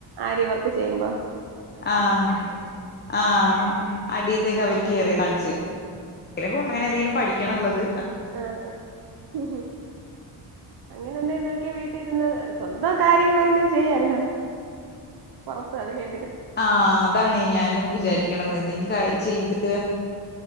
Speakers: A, on the right; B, on the left.
A: ആരിവർക്ക് ചെയ്യുമ്പോ
B: ആഹ് ആഹ് അടീത്തേക്ക് അവര് ക്ലിയർ ആയി ചെയ്ത് കാണിച്ച് തരും ആഗ്രഹം ഉണ്ട് അങ്ങനെ എന്തെങ്കിലും പഠിക്കണം ന്നുള്ളത്
A: ആഹ് ആ അങ്ങനെ എന്ത നോക്കിയാ വീട്ടി ലിരുന്ന് സ്വന്തം കാര്യങ്ങളങ്ങനും ചെയ്യല്ലോ പുറത്ത് എറങ്ങാ
B: ആഹ് അതാണ് ഞാനും വിചാരിക്കണത് എന്തെങ്കിലും കാര്യം ചെയ്ത്